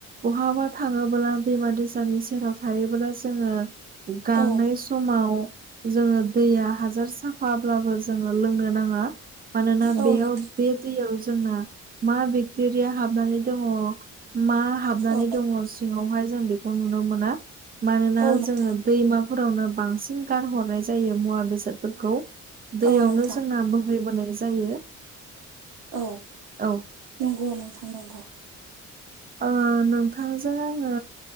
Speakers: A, on the right (about 30°); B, on the right (about 80°).
A: बहाबा थाङोबोला दैमा दैसानि सेराव थायोबोला जोङो गांनाय
B: औ
A: स समाव जोङो दैया हाजार साफाब्लाबो जोङो लोंनो नाङा मानोना
B: औ
A: बेयाव
B: नोंथां
A: बे दैयाव जोंना मा बेक्टेरिया हाबनानै दङ मा हाबनानै
B: औ
A: दङ सिङावहाय जों बेखौ नुनो मोना मानोना
B: औ नोंथां
A: जोङो दैमाफोरावनो बांसिन गारहरनाय जायो मुवा बेसादफोरखौ दैयावनो
B: औ नोंथां
A: जोंना बोहैबोनाय जायो
B: औ
A: औ
B: नंगौ नोंथां नंगौ
A: ओ नोंथांजों आङो